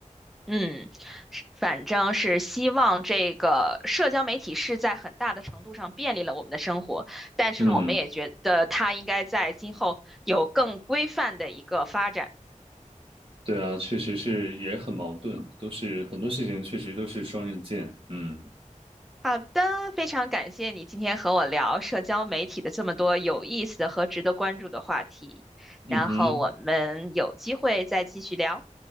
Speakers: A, in the centre; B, on the right.
A: 嗯，是反正是希望这个社交媒体是在很大的程度上便利了我们的生活，但是我们也觉得它应该在今后有更规范的一个发展。
B: 嗯。对啊，确实是也很矛盾，都是很多事情确实都是双刃剑。嗯
A: 好的，非常感谢你今天和我聊社交媒体的这么多有意思的和值得关注的话题，
B: 嗯哼，
A: 然后我们有机会再继续聊，